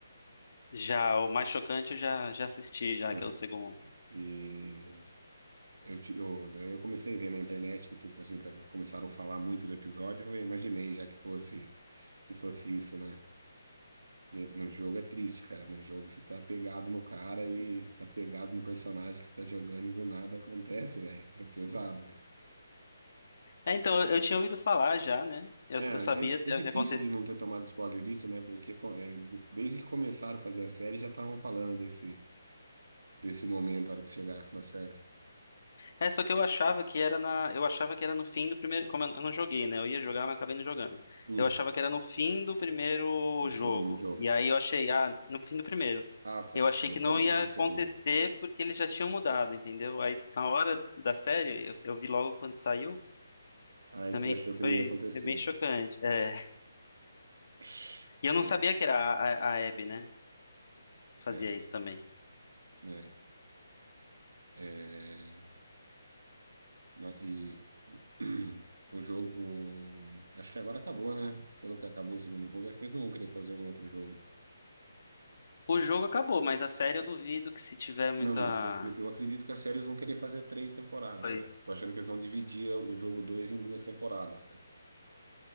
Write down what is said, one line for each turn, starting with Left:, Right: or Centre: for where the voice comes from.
Left: Já o mais chocante eu já já assisti já,
Right: É.
Left: que é o segundo.
Right: E eu, te- eu, daí eu comecei a ver na internet que tipo assim, tá- começaram a falar muito do episódio. Eu falei, imaginei já que fosse que fosse isso, né? Porque no jogo é triste, cara. No jogo você tá pegado no cara e você tá pegado no personagem que você tá jogando e do nada acontece, velho. É pesado, velho.
Left: É, então, eu, eu tinha ouvido falar já, né? Eu,
Right: É, é,
Left: eu sabia
Right: é
Left: o
Right: difícil
Left: que aconteceu
Right: de não ter tomado spoiler disso, né? Porque co- é, de- desde que começaram a fazer a série já estavam falando desse, desse momento, a hora que chegasse na série.
Left: É, só que eu achava que era na, eu achava que era no fim do primeiro, como eu eu não joguei, né? Eu ia jogar, mas acabei não jogando.
Right: Hum,
Left: Eu achava que era no fim do primeiro
Right: do
Left: jogo.
Right: segundo jogo.
Left: E aí eu achei, ah, no fim do primeiro.
Right: Ah, tá.
Left: Eu achei
Right: É no
Left: que
Right: começo
Left: não ia
Right: do
Left: acontecer
Right: segundo.
Left: porque eles já tinham mudado, entendeu? Aí na hora da série, eu, eu vi logo quando saiu,
Right: Aí
Left: também
Right: você achou que
Left: foi,
Right: não ia acontecer.
Left: foi bem chocante. É.
Right: <laughs>
Left: E eu
Right: É,
Left: não sabia que era a, a, a Abby, né? que Fazia
Right: é,
Left: isso também.
Right: é, é. Ma- E <clears throat> o jogo. Acho que agora acabou, né? Quando que acabou o segundo jogo, acho que eles não vão querer fazer um outro jogo.
Left: O jogo acabou, mas a série eu duvido que se tiver muita.
Right: Não, não. Eu, eu eu acredito que a série eles vão querer fazer três temporadas,
Left: Foi.
Right: cara. Tô achando que eles vão dividir o jogo dois em duas temporadas, cara.